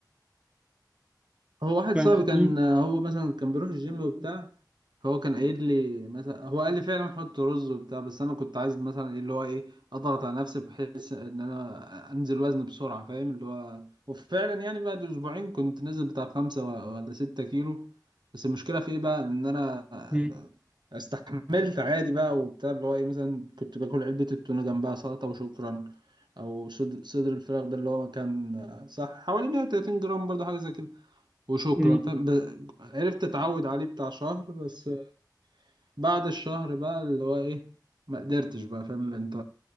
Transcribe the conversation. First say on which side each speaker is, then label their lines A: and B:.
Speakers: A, on the right; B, on the right.
A: هو واحد
B: فاهم
A: صاحبي
B: قصدي؟
A: كان هو مثلا كان بيروح الجيم وبتاع فهو كان قايل لي مثلا هو قال لي فعلا حط رز وبتاع بس انا كنت عايز مثلا ايه اللي هو ايه اضغط على نفسي بحيث ان انا انزل وزن بسرعه فاهم اللي هو وفعلا يعني بعد اسبوعين كنت نازل بتاع خمسة و- ولا ستة كيلو بس المشكله في ايه بقى ان انا
B: مم.
A: استحملت عادي بقى وبتاع اللي هو ايه مثلا كنت باكل علبه التونه جنبها سلطه وشكرا او صدر صدر الفراخ ده اللي هو كان صح حوالي 130 جرام برضه حاجه زي كده وشكرا
B: مم.
A: فاهم ب- عرفت اتعود عليه بتاع شهر بس بعد الشهر بقى اللي هو ايه ما قدرتش بقى فاهم انت